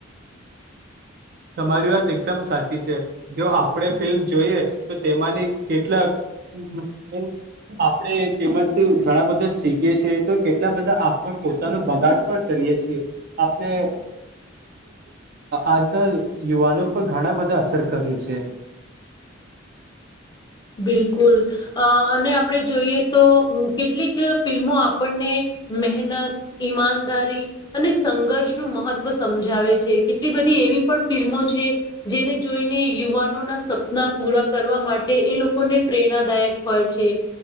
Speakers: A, on the right (about 50°); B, on the left (about 20°).
A: <unintelligible> તમારી વાત એકદમ સાચી છે, જો આપણે ફિલ્મ જોઈએ તો તેમાંની કેટલાક મીસ આપણેે તેમમાં જ ઘણા બધા શીખીએ છીએ તો કેટલા બધા આપ પોતાનો બગાડ પણ કરીએ છીએ, આપણે આજ યુવાનો પર ઘણા બધા અસર કરી છે.
B: બિલકુલ અને આપણે જોઈએ તો કેટલીક ફિલ્મો આપણને મહેનત ઈમાનદારી અને સંઘર્ષ નું મહત્વ સમજાવે છે, કેટલી બધી એવી પણ ફિલ્મો છે, જેને જોઈને યુવાનો ના સપના પૂરા કરવા માટે તે એ લોકોને પ્રેરણાદાયક હોય છે,